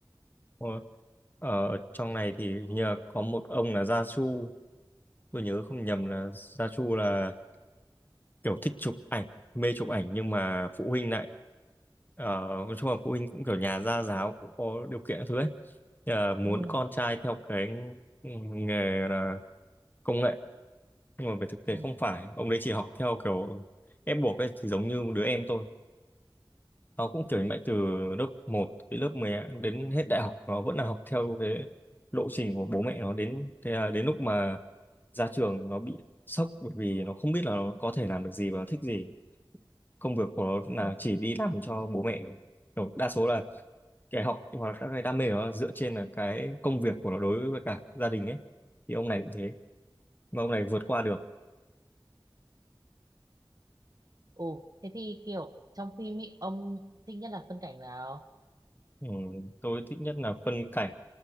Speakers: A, on the left; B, on the right.
A: ừ. ở trong này thì hình như là có một ông là Gia Chu, tôi nhớ không nhầm là Gia Chu là kiểu thích chụp ảnh mê chụp ảnh nhưng mà phụ huynh lại ờ, nói chung là phụ huynh cũng kiểu nhà gia giáo cũng có điều kiện các thứ ấy Ờ, muốn
B: Ừ,
A: con trai theo cái nghề là công nghệ nhưng mà về thực tế
B: ừ,
A: không phải ông đấy chỉ học theo kiểu ép buộc ấy thì giống như đứa em tôi nó cũng kiểu như vậy từ lớp một, đến lớp mười đến hết đại học nó vẫn là học theo cái lộ trình của bố mẹ nó đến thế là đến lúc mà ra trường nó bị sốc bởi vì nó không biết là nó có thể làm được gì và nó thích gì công việc của nó
B: ừ.
A: là chỉ đi làm cho bố mẹ kiểu đa số là cái học hoặc là các cái đam mê của nó dựa trên là cái công việc của nó đối với cả gia đình ấy thì ông này cũng thế mà ông này vượt qua được
B: Ừ, thế thì kiểu trong phim ý, ông thích nhất là phân cảnh nào?
A: ừ, tôi thích nhất là phân cảnh